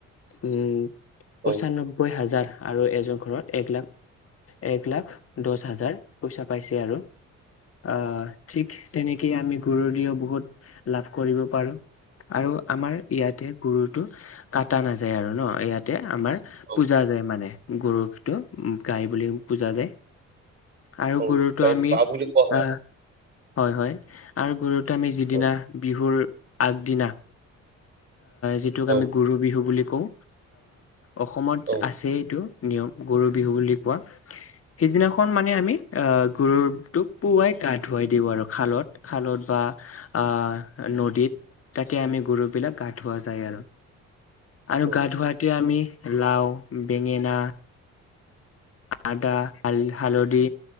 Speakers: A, on the left; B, on the right.
A: উম পচাননব্বৈ
B: অ
A: হাজাৰ। আৰু এজন ঘৰত এক লাখ এক লাখ দহ হাজাৰ পইচা পাইছে আৰু আহ ঠিক তেনেকেই আমি গুৰু দিও বহুত লাভ কৰিব পাৰো। <unintelligible> ইয়াতে গুৰুতটো কাটা নাযায় আৰু ন ইয়াতে আমাৰ
B: অ
A: পূজা যায় মানে। গৰুক্ষিত গাই বুলি পুজা যায়। আৰু
B: অ
A: গৰুটো
B: গাইক
A: আমি
B: মা বুলি কোৱা হয়
A: আহ।
B: আমাৰ
A: হয় হয় আৰু গৰুত আমি যিদিনা
B: অ
A: বিহুৰ আগদিনা। যিটোক
B: অ
A: আমি গৰু বিহু বুলি কওঁ অসমত
B: অ
A: আছে এইটো। নিয়ম গৰু বিহু বুলি কোৱা সিদিনাখন মানে আমি আহ গৰুটোক পুৱাই। গা ধুৱাই দিওঁ আৰু খালত খালত বা আ নদীত। তাতে আমি গৰু বিলাক গা ধৱা যায় আৰু আৰু
B: অ
A: গা ধোৱাতে আমি। লাও বেঙেনা। আদা হাল হালধি।